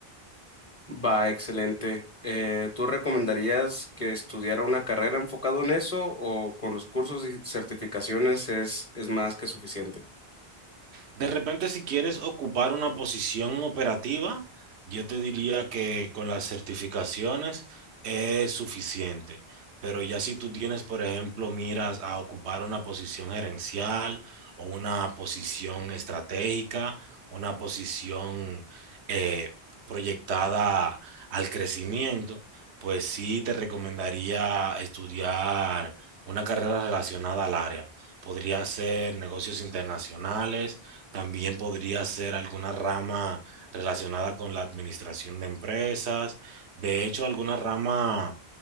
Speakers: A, on the left; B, on the right.
A: Va, excelente. Eh, ¿tú recomendarías que estudiara una carrera enfocado en eso o con los cursos y certificaciones es, es más que suficiente?
B: De repente, si quieres ocupar una posición operativa, yo te diría que con las certificaciones es suficiente. Pero ya si tú tienes, por ejemplo, miras a ocupar una posición gerencial o una posición estratégica, una posición eh, proyectada al crecimiento, pues sí te recomendaría estudiar una carrera relacionada al área. Podría ser negocios internacionales también podría ser alguna rama relacionada con la administración de empresas. De hecho, alguna rama